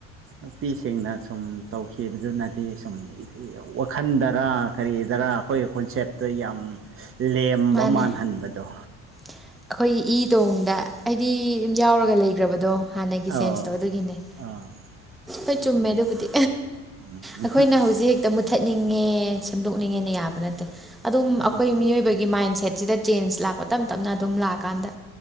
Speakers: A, on the right; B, in the centre.
A: ꯅꯨꯄꯤꯁꯤꯡꯅ ꯁꯨꯝ ꯇꯧꯈꯤꯕꯗꯨꯅꯗꯤ ꯁꯨꯝ ꯋꯥꯈꯜꯗ ꯔꯥ ꯀꯔꯤꯒꯤꯗꯔꯥ ꯑꯩꯈꯣꯏꯒꯤ ꯀꯣꯟꯁꯦꯞꯇꯣ ꯌꯥꯝ ꯂꯦꯝꯕ
B: ꯃꯥꯅꯦ
A: ꯃꯥꯟꯍꯟꯕꯗꯣ
B: ꯑꯩꯈꯣꯏꯒꯤ ꯏ ꯇꯣꯡꯗ ꯍꯥꯏꯗꯤ ꯑꯗꯨꯝ ꯌꯥꯎꯔꯒ ꯂꯩꯈ꯭ꯔꯕꯗꯣ ꯍꯥꯟꯅꯒꯤ
A: ꯑꯧ
B: ꯁꯦꯟꯁꯇꯣ ꯑꯗꯨꯒꯤꯅꯦ꯫
A: ꯑꯥ
B: ꯍ‌ꯣꯏ
A: ꯑꯗꯨꯅꯦ
B: ꯆꯨꯝꯃꯦ ꯑꯗꯨꯕꯨꯗꯤ
A: ꯎꯝ
B: ꯑꯩꯈꯣꯏꯅ ꯍꯧꯖꯤꯛ ꯇ ꯃꯨꯠꯊꯠꯅꯤꯡꯉꯦ ꯁꯦꯝꯗꯣꯛꯅꯤꯡꯉꯦꯅ ꯌꯥꯕ ꯅꯠꯇꯦ ꯑꯗꯨꯝ
A: ꯑꯗꯨꯕꯨꯗꯤ
B: ꯑꯈꯣꯏ ꯃꯤꯑꯣꯏꯕꯒꯤ
A: ꯎꯝ
B: ꯃꯥꯏꯟ ꯁꯦꯠꯁꯤꯗ ꯆꯦꯟꯖ ꯂꯥꯛꯄ ꯇꯞ ꯇꯞꯅ ꯑꯗꯨꯝ ꯂꯥꯛꯑꯀꯥꯟꯗ